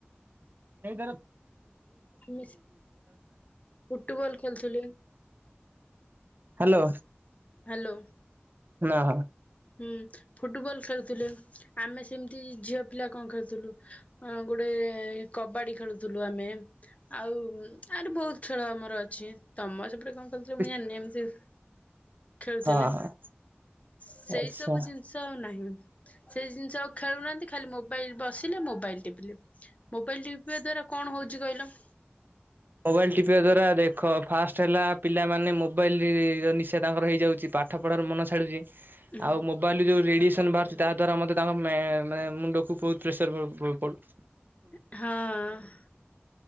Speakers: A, on the right; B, on the left.
A: <inaudible>
B: ଆମେ ଫୁଟବଲ ଖେଳୁଥିଲେ
A: ହ୍ୟାଲୋ।
B: ହ୍ୟାଲୋ।
A: ନା ହଁ।
B: ହୁଁ ଫୁଟବଲ ଖେଳୁଥିଲେ, ଆମେ ସେମିତି ଝିଅ ପିଲା କଣ ଖେଳୁଥିଲୁ? ହଁ ଗୋଟେ କବାଡି ଖେଳୁଥିଲୁ ଆମେ, ଆଉ ଆହୁରି ବହୁତ ଖେଳ ଆମର ଅଛି, ତମ ସେପଟେ କଣ ଖେଳୁଥିବେ
A: ହଁ
B: ମୁଁ ଜାଣିନି ଏମିତି ଖେଳୁଥିଲେ,
A: ହଁ
B: ସେଇ
A: ଆଚ୍ଛା
B: ସବୁ ଜିନିଷ ଆଉ ନାହିଁ ସେଇ ଜିନି ଯଉ ଖେଳୁନାହାନ୍ତି ଖାଲି ମୋବାଇଲ ବସିଲେ ମୋବାଇଲ ଟିପିଲେ, ମୋବାଇଲ ଟିପିବା ଦ୍ଵାରା କଣ ହଉଛି କହିଲ?
A: ମୋବାଇଲ ଟିପିବା ଦ୍ଵାରା ଦେଖ ଫାଷ୍ଟ ହେଲା ପିଲାମାନେ ମୋବାଇଲ ନିଶା ତାଙ୍କର ହେଇଯାଉଛି ପାଠ ପାଠ ପଢ଼ାରୁ ମନ ଛାଡୁଛି
B: ଉଁ
A: ଆଉ ମୋବାଇଲରୁ ଯୋଉ ରେଡିଏସନ ବାହାରୁଛି ତା ଦ୍ଵାରା ମତେ ତାଙ୍କ ମେ ମେ ମୁଣ୍ଡକୁ ବହୁତ ପ୍ରେସର ପଡୁଚି।
B: ହଁ